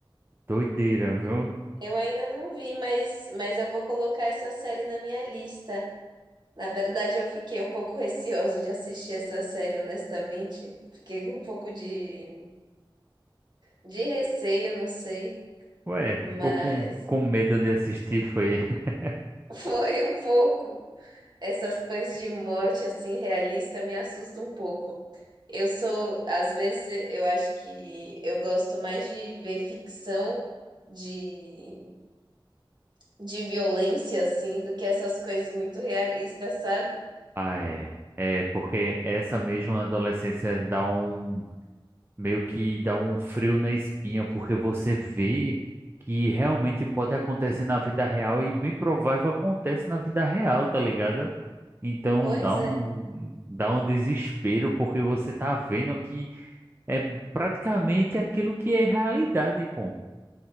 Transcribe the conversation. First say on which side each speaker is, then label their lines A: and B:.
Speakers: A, on the right; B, on the right.
A: Doideira, viu?
B: Eu ainda não vi, mas, mas eu vou colocar essa série na minha lista. Na verdade, eu fiquei um pouco receosa de assistir essa série, honestamente. Fiquei com um pouco de, de receio, não sei.
A: Ué,
B: Mas
A: ficou com, com medo
B: <laughs>
A: de assistir, foi. <laughs>
B: foi um pouco. Essas coisas de morte, assim, realista, me assustam um pouco. Eu sou, às vezes, eu acho que eu gosto mais de ver ficção de, de violência, assim, do que essas coisas muito realistas, sabe?
A: Ah, é. É, porque essa mesma adolescência dá um. Meio que dá um frio na espinha, porque você vê que realmente pode acontecer na vida real e bem provável acontece na vida real, tá ligado? Então
B: Pois
A: dá um,
B: é,
A: dá um desespero, porque você tá vendo que. É praticamente aquilo que é realidade, pô.